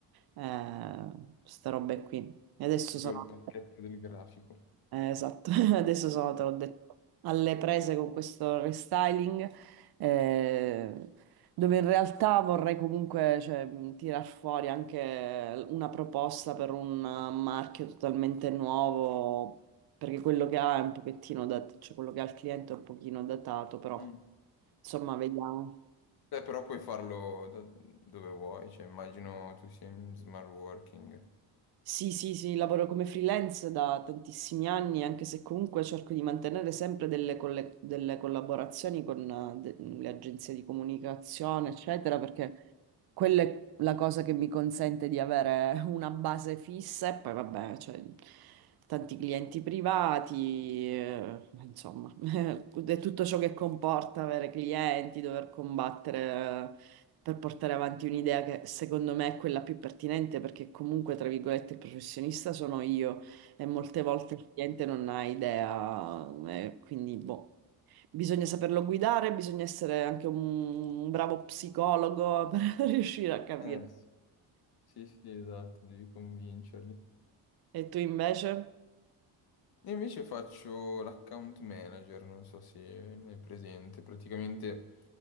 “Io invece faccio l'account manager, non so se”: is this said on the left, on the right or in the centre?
Left